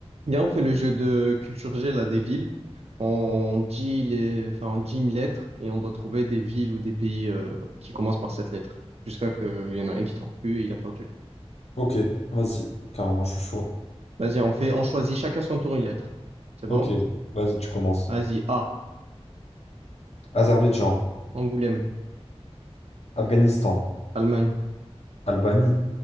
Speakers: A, on the right (about 70°); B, on the left (about 70°).
A: Viens, on fait le jeu de culture G, là, des villes. On dit les, enfin, on dit une lettre et on doit trouver des villes ou des pays euh, qui commencent par cette lettre. Jusqu'à qu'il y en a un qui trouve plus et il a perdu.
B: Ok, vas-y, carrément, je suis chaud.
A: Vas-y, on fait, on choisit chacun son tour une lettre. C'est bon?
B: Ok, vas-y, tu commences.
A: Vas-y, A,
B: Azerbaïdjan,
A: Angoulême,
B: Afghanistan,
A: Allemagne,
B: Albanie,